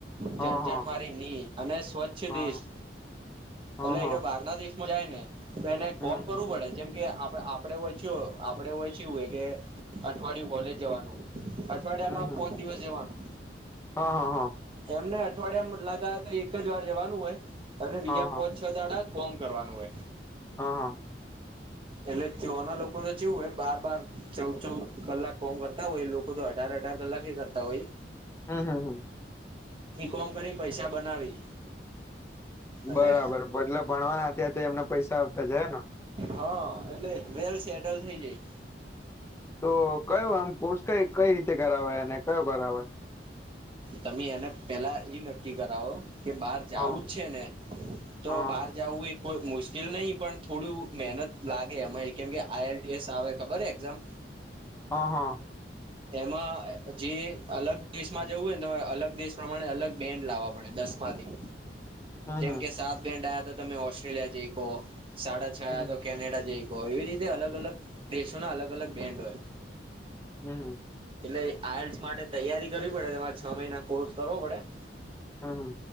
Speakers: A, on the left; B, on the right.
A: હા
B: ઝંઝટ
A: હા
B: મારી ની અને સ્વચ્છ
A: હા
B: દેશ
A: હા
B: એટલે
A: હા
B: એ બાર ના દેશ જાયને તો એને
A: હમ
B: કોમ
A: હમ
B: કરવું પડે જેમ કે આપ આપડે જો આપ પડે હોય કે અઠવાડિયું કોલેજ જવાનું અઠવાડિયામાં
A: હમ હમ
B: કોક દિવસ જવાનું
A: હા હા હા
B: તમને અઠવાડિયામાં લાગા તો એક જ વાર જવાનું હોય અને બીજા
A: હા હા
B: પોચ છ દાડા કોમ કરવાનું હોય.
A: હા હા
B: એટલે તોના લોકો ને કેવું હોય બાર બાર ચૌ ચૌ કલાક કોમ કરતા હોય એ લોકો તો અઢાર અઢાર કલાકે કરતા હોય.
A: હમ હમ હમ
B: ને કોમ કરી પૈસા બનાવી અને
A: બરાબર બદલે ભણવાના અત્યાં તેમને પૈસા આવતા જાય ને
B: હા એટલે વેલ સેટલ થઈ જાય.
A: તો કયો આમ કોર્સ કઈ કઈ રીતે કરાવે અને કયો કરાવે
B: તમે એને પેલા એઈ નક્કી કરાવો કે બહાર જવું
A: હા
B: જ છે ને તો
A: હા
B: બહાર જવું એક કોઈ મુશ્કેલ નહી પણ થોડું મહેનત લાગે અમા કેમ કે આઈ આલટીએસ આવે ખબર એક્ઝામ
A: હા હા
B: એમાં જે અલગ દેશમાં જવું હોય ને તો અલગ દેશ પ્રમાણે અલગ બેન્ડ લાવવા પડે દશમાથી
A: હમ
B: જેમ
A: હમ
B: કે સાત બેન્ટ આયા તો તમે ઓસ્ટ્રેલિયા જઈ કો સાડા છ
A: હમ
B: આયા તો કેનેડા જઈ એવી રીતે અલગ અલગ દેશોના અલગ અલગ બેન્ડ હોય
A: હમ
B: એટલે આયલ્સ માટે તૈયારી કરવી પડે તેમાં છ મહિના કોર્સ કરવો પડે
A: હા હા